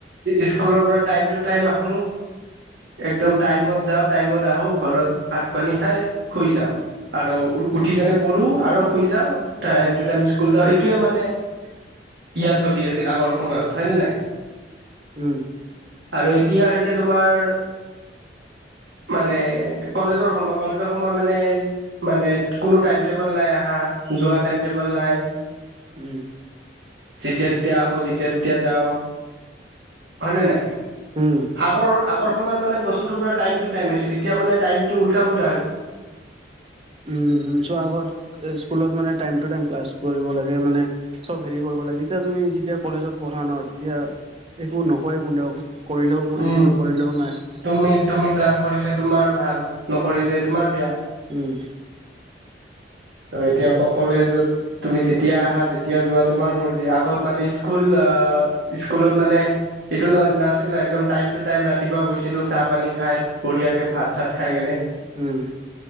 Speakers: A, on the right; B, on the right.
A: স্কুলৰ পৰা টাইম টু টাইম আহো। একদম টাইমত যাওঁ টাইমত আহো ঘৰত ভাত পানী খাই শুই যাওঁ আৰু উঠি কেনে পঢ়ো আৰু শুই যাওঁ। টাইম টু টাইম স্কুল যাওঁ। এইটোৱে মানে ইয়া চলি আছিল আগৰ সময়ত হয়নে নাই?
B: উম
A: আৰু এতিয়া হৈছে তোমাৰ মানে কলেজৰ সময় কলেজৰ সময় মানে মানে কোনো টাইম টেবল নাই আহা যোৱা টাইম টেবল নাই।
B: উম
A: যেতিয়া তেতিয়া আহো যেতিয়া তেতিয়া যাওঁ। হয় নে নাই?
B: উম উম
A: আগৰ আগ আগৰ সময়ত মানে বস্তুটো পুৰা টাইম টু টাইম আছিল এতিয়া মানে টাইমটো উল্টা পুল
B: উম চোৱা আগত স্কুলত মানে টাইম টু টাইম ক্লাছ কৰিব লাগ। মানে চব হেৰি কৰিব লাগে। এতিয়া তুমি যেতিয়া কলেজত পঢ়া ন তেতিয়া একো নকয় কোনেও। কৰিলেও কৰিবি
A: উম
B: নকৰিলেও নাই।
A: তুমি তুমি ক্লাছ কৰিলে তোমাৰ ভাল নকৰিলে তোমাৰ বেয়া
B: উম
A: চ এতিয়া আকৌ কলেজত- তুমি যেতিয়া আহা, যেতিয়া যোৱা তোমাৰ মৰ্জি, আগত মানে স্কুল আ স্কুলত মানে এইটো ন নাছিল ন একদম টাইম টু টাইম ৰাতিপুৱা গৈছিলো চাহ পানী খাই বঢ়িয়াকে ভাত চাত খাই কেনে।
B: উম